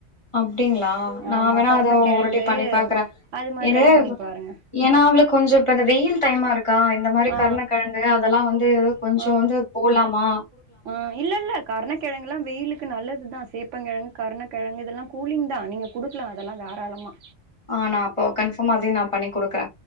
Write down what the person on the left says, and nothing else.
அப்டிங்ளா நா
வேணா
அத ஒருட்டி பண்ணி பாக்குற
என
ஏனா அவளுக் கொஞ்சோ இப்ப இந்த வெயில் டைமா இருக்கா இந்த மாரி
கருணக்கெழங்கு அதெல்லா வந்து கொஞ்சோ
வந்து போலாமா
ஆ நா அப்போ கன்ஃபாம்மா அதையு நா பண்ணி குடுக்குற